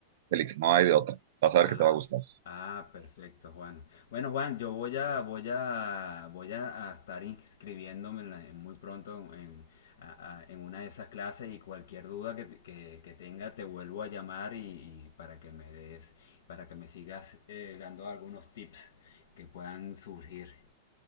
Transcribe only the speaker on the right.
Félix, no hay de otra. Vas a ver
que te va a gustar.